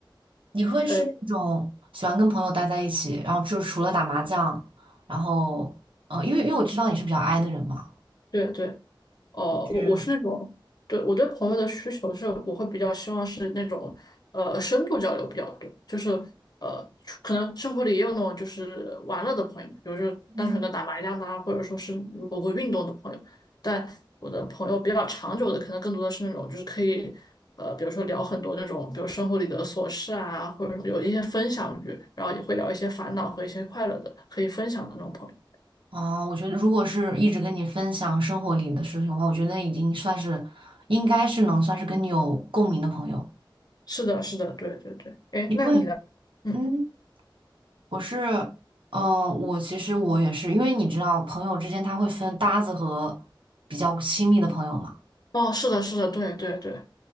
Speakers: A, on the right; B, on the left.
A: 你会是那种喜欢跟朋友待在一起，
B: 呃，
A: 然后就除了打麻将，然后嗯、呃因为因为我知道你是比较 i 的人嘛，
B: 对对，哦，
A: 就是
B: 我我是那种，对，我对朋友的需求是，我会比较希望是那种，呃，深度交流比较多，就是呃，可能生活里也有那种就是玩乐的朋友，比如说单纯的打麻将的啊，
A: 嗯，
B: 或者说是某个运动的朋友，但我的朋友比较长久的，可能更多的是那种就是可以，呃，比如说聊很多那种，比如生活里的琐事啊，或者有一些分享欲，然后也会聊一些烦恼和一些快乐的，可以分享的那种朋友。
A: 啊、我觉得如果是一直跟你分享生活里的事情的话，我觉得已经算是应该是能算是跟你有共鸣的朋友。
B: 是的，是的，对对对，哎，
A: 你会
B: 那你的嗯。
A: 嗯。我是，嗯、我其实我也是，因为你知道，朋友之间他会分搭子和比较亲密的朋友嘛。
B: 哦，是的，是的，对对对，